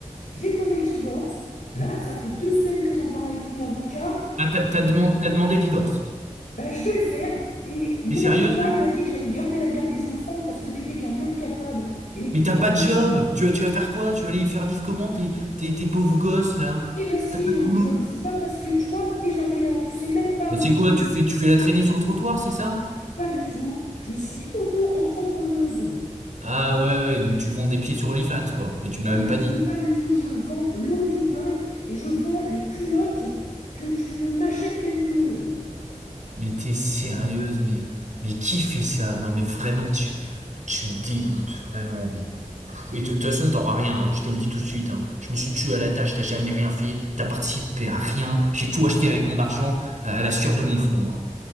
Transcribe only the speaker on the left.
J'ai demandé le divorce. Là, ça fait deux semaines que j'en parle avec mon avocat.
Bah, je vais le faire. Et mon
avocat,
il m'a dit que j'allais garder la garde des enfants parce que t'étais qu'un incapable. Et de toute
façon,
eh ben si,
j'ai
un
job. C'est pas parce que, tu vois, t'es jamais là. Tu sais même pas
où j'en
suis.
Pas du tout. Je suis auto-entrepreneuse.
Pas
du
tout,
pas du tout. Je vends l'eau du bain et je vends les culottes que tu ne m'achètes même plus.